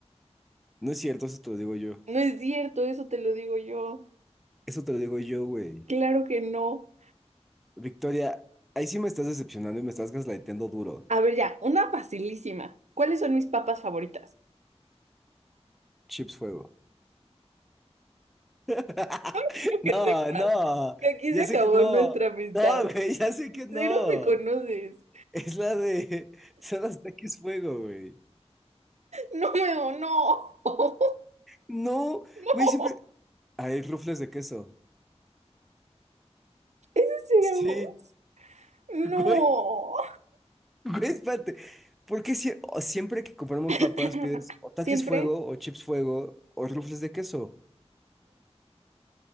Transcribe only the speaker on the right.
No es cierto, eso te lo digo yo.
Claro que no.
A ver, ya, una facilísima. ¿Cuáles son mis papas favoritas?
<laughs> Quiero Que
sepas
que aquí
se acabó
nuestra amistad.
Cero me conoces.
No, weón, no. <laughs>
No.
Zeus.
No.
<laughs>
Siempre.